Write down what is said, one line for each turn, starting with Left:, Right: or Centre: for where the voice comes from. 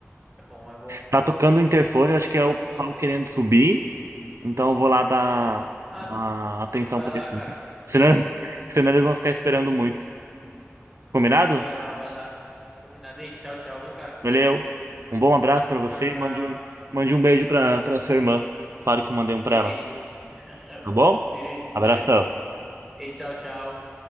Centre: É bom, é bom.
Right: Tá tocando o interfone, eu acho que é o
Centre: Pode
Right: pessoal
Centre: falar.
Right: querendo subir, então eu vou lá dar,
Centre: Ah,
Right: dar atenção
Centre: vai
Right: para
Centre: lá, cara.
Right: eles. Senão, <laughs> senão eles vão ficar esperando muito. Combinado?
Centre: Vai lá, vai lá. Combinado. Ei, tchau, tchau, viu, cara?
Right: Valeu. Um bom abraço para você.
Centre: Tchau, tchau.
Right: Mande um, mande um beijo para para sua irmã. Fala que eu mandei um para
Centre: Irei.
Right: ela,
Centre: <laughs>
Right: tá bom?
Centre: Irei dizer.
Right: Abração.
Centre: Ei, tchau, tchau.